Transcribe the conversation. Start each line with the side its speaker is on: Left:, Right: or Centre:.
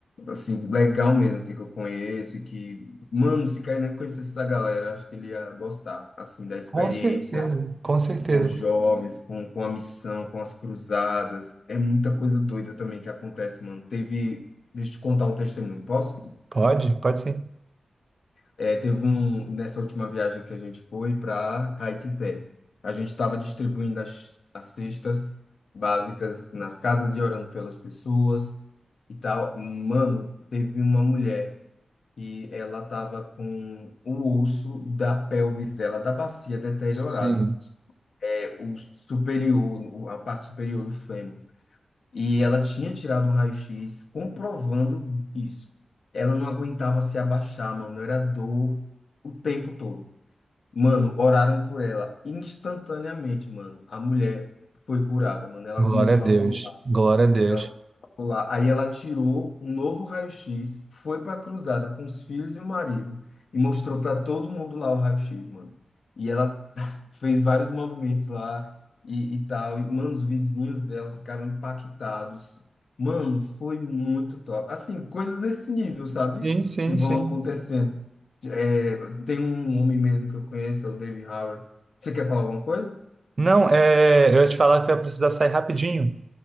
Left: assim, legal mesmo, assim, que eu conheço, e que, mano, se Kainan conhecesse essa galera, eu acho que ele ia gostar, assim, da experiência
Right: Com certeza, com certeza.
Left: com os jovens, com, com a missão, com as cruzadas. É muita coisa doida também que acontece, mano. Teve, deixa eu te contar um testemunho, posso?
Right: Pode, pode sim.
Left: É, teve um, nessa última viagem que a gente foi para Caetité. A gente estava distribuindo as, as cestas básicas nas casas e orando pelas pessoas e tal. Mano, teve uma mulher que ela estava com o osso da pelvis dela, da bacia deteriorado,
Right: Sim.
Left: é o superior, o- a parte superior do fêmur. E ela tinha tirado um raio-x comprovando isso. Ela não aguentava se abaixar, mano, era dor o tempo todo. Mano, oraram por ela instantaneamente, mano. A mulher foi curada, mano. Ela
Right: Glória
Left: começou
Right: a Deus.
Left: a pular.
Right: Glória a Deus.
Left: Ela ficou lá. Aí ela tirou um novo raio-x, foi para a cruzada com os filhos e o marido e mostrou para todo mundo lá o raio-x, mano. E ela fez vários movimentos lá e, e tal. E, mano, os vizinhos dela ficaram impactados. Mano, foi muito top. Assim, coisas nesse nível, sabe?
Right: Sim, sim,
Left: Que vão
Right: sim.
Left: Sim, sim. acontecendo. É, tem um homem mesmo que eu conheço, é o Dave Howard. Você quer falar alguma coisa?
Right: Não, é, eu ia te falar que eu ia precisar sair rapidinho